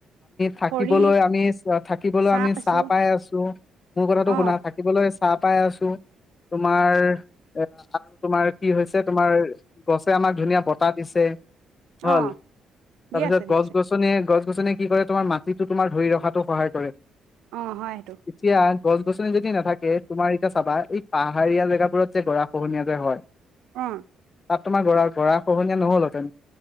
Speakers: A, on the left; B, on the right.
A: থাকিবলৈ
B: খৰি
A: আমি থাকিবলৈ
B: চাহ
A: আমি
B: পাইছো
A: ছাঁ পাই আছো মোৰ কথাটো
B: অ
A: শুনা থাকিবলৈ ছাঁ পাই আছো তোমাৰ এ আৰু তোমাৰ কি হৈছে তোমাৰ গছে আমাক ধুনীয়া বতাহ দিছে হল
B: অ
A: তাৰপিছত
B: দি আছে দি
A: গছ
B: আছে
A: গছনি গছ নে কি কৰে তোমাৰ মা যিটো তোমাৰ ধৰি ৰখাতটো সহায় কৰে
B: অ হয় সেইটো
A: এতিয়া গছ গছনি যদি নাথাকে তোমাৰ এতিয়া চাবা এই পাহাৰীয়া জেগাবোৰত যে গৰা খহনীয়া যে হয়
B: উম
A: তাত তোমাৰ গৰা গৰা খহনীয়া নহলতেন